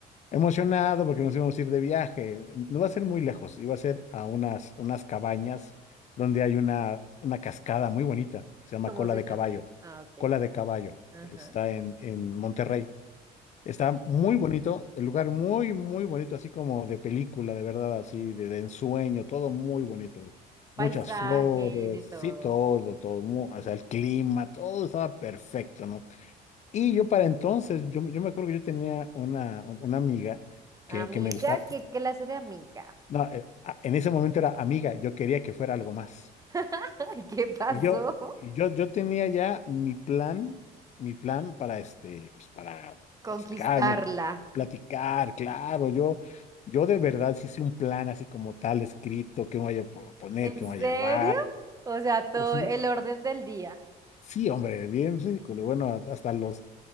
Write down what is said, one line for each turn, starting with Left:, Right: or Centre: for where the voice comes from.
Left: emocionado porque nos íbamos a ir de viaje. No va a ser muy lejos, iba a ser a unas, unas cabañas donde hay una, una cascada muy bonita, se llama
Right: ¿Cómo
Left: Cola
Right: se
Left: de
Right: llama?
Left: Caballo,
Right: Ah, ok.
Left: Cola de Caballo,
Right: Ajá.
Left: está en, en Monterrey. Está
Right: sí.
Left: muy bonito, el lugar muy, muy bonito, así como de película, de verdad, así de, de ensueño, todo muy bonito. Muchas
Right: Paisaje,
Left: flores,
Right: de todo.
Left: sí, todo, todo, mu- o sea, el clima, todo estaba perfecto, ¿no? Y yo para entonces, yo, yo me acuerdo que yo tenía una, un- una amiga que,
Right: Amiga,
Left: que me gustaba,
Right: ¿qué clase de amiga?
Left: no, eh, a- en ese momento era amiga, yo quería que fuera algo más.
Right: <laughs> Ay, ¿Qué pasó?
Left: Y yo, y yo, yo tenía ya mi plan, mi plan para este, pues, para
Right: <laughs> Conquistarla.
Left: acercarme, platicar, claro, yo, yo de verdad sí hice un plan así como tal, escrito, qué me voy a po- poner,
Right: ¿En
Left: qué me voy
Right: serio?
Left: a llevar.
Right: O sea, todo
Left: Pues sí,
Right: el orden del día.
Left: sí, hombre, bien ridículo. Bueno, a- hasta los,